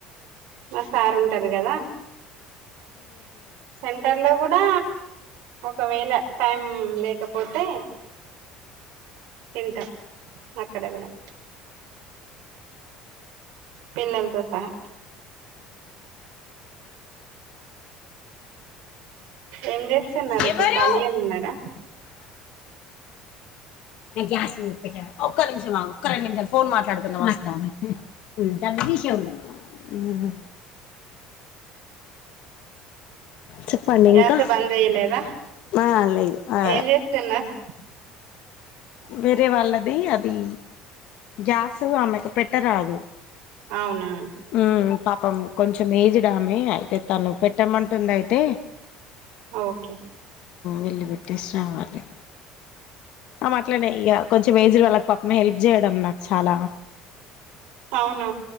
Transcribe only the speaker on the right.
మా సార్ ఉంటరు కదా. సెంటర్ లో కూడా ఒకవేళ టైం లేకపోతే తింటాం అక్కడ కూడా. పిల్లలతో సహా ఏం చేస్తున్నరు ఇప్పుడు
ఖాళీగనే ఉన్నరా.
గ్యాస్
బంద్ చేయలేదా
ఏం చేస్తున్నారు
అవునా.
ఆ ఓకే
అవును